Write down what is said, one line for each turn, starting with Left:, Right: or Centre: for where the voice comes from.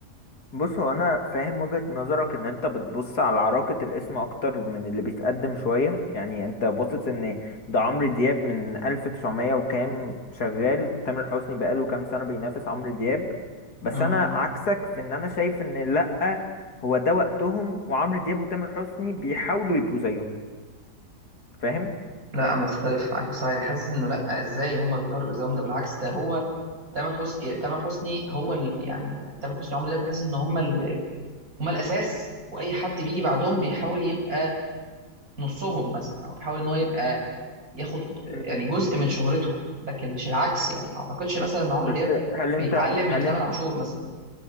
Left: بص هو انا فاهم وجهة نظرك ان انت بتبص على عراقة الاسم اكتر من اللي بيتقدم شوية يعني انت باصص ان ده عمرو دياب من 1900 وكام شغال تامر حسني بقاله كام سنة بينافس عمرو دياب بس
Right: مم.
Left: انا عكسك في ان انا شايف ان لأ هو ده وقتهم وعمرو دياب وتامر حسني بيحاولوا يبقوا زيهم فاهم
Right: لا مختلف معاك بصراحه يعني حاسس انه لا ازاي هم بيحاولوا بيزاهم ده بالعكس ده هو تامر حسني تامر حسني هو ال... يعني تامر حسني وعمرو دياب بحس ان هم ال... هم الاساس واي حد بيجي بعدهم بيحاول يبقى نصهم مثلا او بيحاول ان هو يبقى ياخد يعني
Left: مم،
Right: جزء من شهرتهم لكن مش العكس يعني ما اعتقدش مثلا ان عمرو
Left: بس
Right: دياب
Left: هل انت
Right: بيتعلم من
Left: هل
Right: تامر
Left: انت
Right: عاشور مثلا